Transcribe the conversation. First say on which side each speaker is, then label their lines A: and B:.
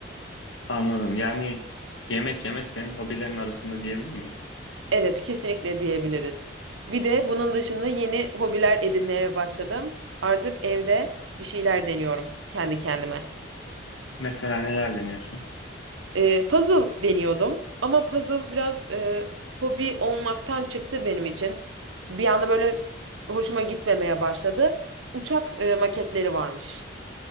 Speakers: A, on the left (about 75°); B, on the right (about 80°).
A: anladım. Yani yemek yemek senin hobilerin arasında diyebilir miyiz?
B: Evet, kesinlikle diyebiliriz. Bir de bunun dışında yeni hobiler edinmeye başladım. Artık evde bir şeyler deniyorum kendi kendime.
A: Mesela neler deniyorsun?
B: E, puzzle deniyordum ama puzzle biraz e, hobi olmaktan çıktı benim için. Bir anda böyle hoşuma gitmemeye başladı. Uçak e, maketleri varmış.